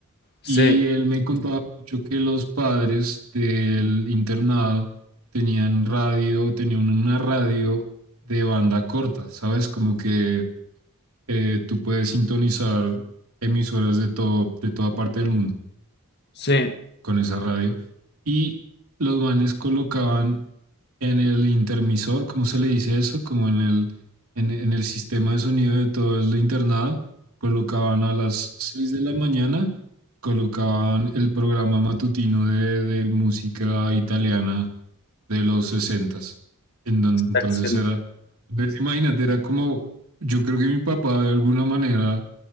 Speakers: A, on the left (about 50°); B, on the right (about 80°).
A: sí,
B: Y él me contaba mucho que los padres del internado tenían radio, tenían una radio de banda corta, ¿sabes? Como que eh, tú puedes sintonizar emisoras de todo, de toda parte del mundo
A: sí.
B: con esa radio. Y los manes colocaban en el intermisor, ¿cómo se le dice eso? Como en el, en, en el sistema de sonido de todo el internado, colocaban a las 6 de la mañana, colocaban el programa matutino de, de música italiana de los 60 Entonces
A: Axel.
B: era, entonces imagínate, era como, yo creo que mi papá de alguna manera